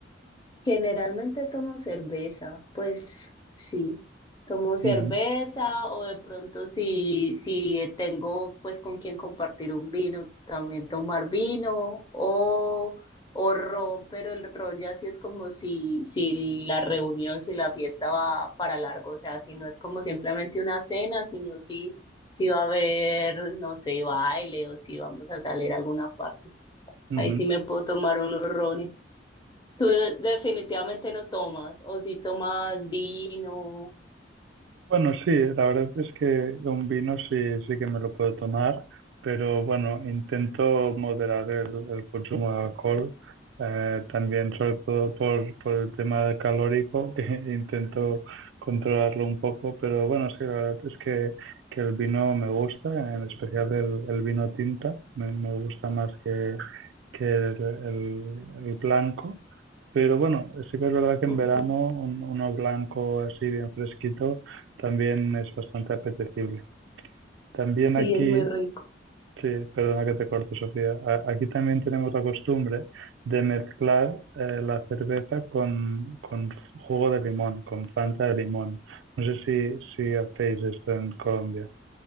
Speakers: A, on the left; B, on the right.
A: Generalmente tomo cerveza, pues sí, tomo cerveza
B: Ujú,
A: o de pronto si, si tengo pues con quien compartir un vino, también tomar vino o, o ron, pero el ron ya sí es como si, si la reunión, si la fiesta va para largo, o sea, si no es como simplemente una cena, sino si, si va a haber, no sé, baile o si vamos a salir a alguna parte.
B: ujú.
A: Ahí sí me puedo tomar unos rones. Tú de- definitivamente no tomas, o si tomas vino.
B: Bueno, sí, la verdad es que un vino sí, sí que me lo puedo tomar, pero bueno, intento moderar el, el consumo de alcohol, eh, también sobre todo por, por el tema del calórico, que <laughs> intento controlarlo un poco, pero bueno, sí, la verdad es que, que el vino me gusta, en especial el, el vino tinta, me, me gusta más que, que el, el- el blanco, pero bueno, sí que es verdad que en
A: Ujú,
B: verano un- uno blanco así bien fresquito también es bastante apetecible. También
A: Sí,
B: aquí,
A: es muy rico.
B: sí, perdona que te corte, Sofía, a- aquí también tenemos la costumbre de mezclar eh, la cerveza con, con jugo de limón, con Fanta de limón. No sé si, si hacéis esto en Colombia.